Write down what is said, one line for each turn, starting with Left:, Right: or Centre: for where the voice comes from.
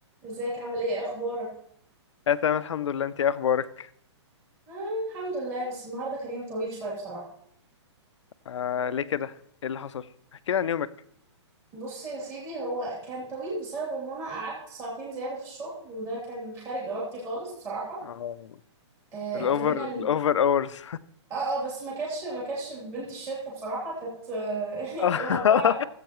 Right: ازيك عامل ايه اخبارك
Left: لا تمام الحمد لله انتي ايه اخبارك
Right: آه الحمد لله بس النهارده كان يوم طويل شويه بصراحه
Left: آه ليه كده ايه اللي حصل احكي لي عن يومك
Right: بص يا سيدي هو كان طويل بسبب ان انا قعدت ساعتين زياده في الشغل وده كان خارج ارادتي خالص بصراحه
Left: اه
Right: آه
Left: الاوفر
Right: ابتدينا ال...
Left: الاوفر اورز
Right: اه اه بس ما كانتش ما كانتش بنت الشركه بصراحه كانت آه <laughs>
Left: <laughs>
Right: كان الموضوع